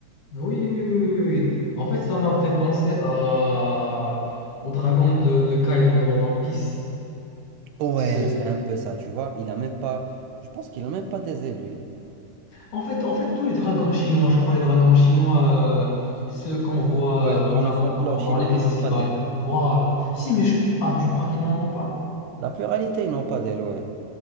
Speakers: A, on the left; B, on the right.
A: Oui, oui, oui, oui, oui, oui. En fait, ça m'a fait penser à... au dragon de, de Kaido dans One Piece.
B: Ouais,
A: Ce-
B: c'est un peu ça, tu vois. Il a même pas, je pense qu'il a même pas des ailes, lui.
A: En fait, en fait, tous les dragons chinois, je crois, les dragons chinois, euh, ceux qu'on voit
B: Ouais,
A: euh, notamment
B: dans le folklore
A: dans,
B: chinois,
A: dans les festivals.
B: ils n'ont pas d'ailes.
A: Voilà. Si, mais je- Ah, tu crois qu'ils n'en ont pas?
B: La pluralité, ils n'ont pas d'ailes, ouais.